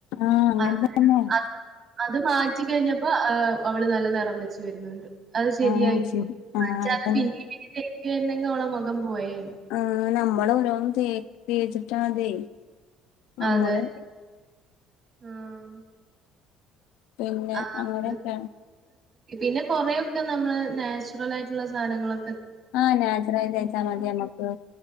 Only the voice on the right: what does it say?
അ
അത് അത് മാറ്റി കഴിഞ്ഞപ്പോ ഏഹ് അവള് നല്ല നെറം വെച്ച് വരുന്നുണ്ട് അത് ശെരിയായി
മറ്റെ
അത് പിന്നിം പിന്നിം തേക്കാരുന്നെങ്കി ഓളെ മൊഖം പോയേനെ
അതെ. ആഹ്.
ആഹ്
പിന്നെ കൊറെയൊക്കെ നമ്മള് നാച്ചുറലായിട്ടുള്ള സാനങ്ങള്